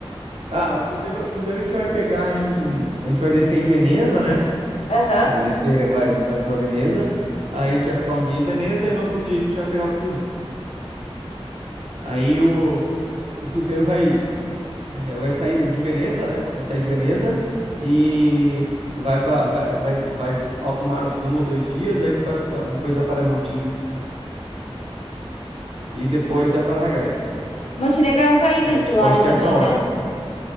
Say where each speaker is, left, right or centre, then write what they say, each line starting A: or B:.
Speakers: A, on the right; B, on the left.
A: Ah, o cruzeiro, o cruzeiro a gente vai pegar em, a gente vai descer em Veneza, né?
B: Aham.
A: Aí nesse vai, vai para Veneza, aí a gente vai ficar um dia em Veneza e no outro dia a gente vai pegar o cruzeiro. Aí o, o cruzeiro vai, eh, vai sair de Veneza, né? Vai sair de Veneza e vai para vai, vai, vai alto mar acho que um ou dois dias, aí vai- depois vai para Montenegro e depois vai para na Grécia.
B: Montenegro é um país
A: Aí
B: ali
A: tipo,
B: do lado
A: acho que
B: também,
A: é essa a ordem.
B: né?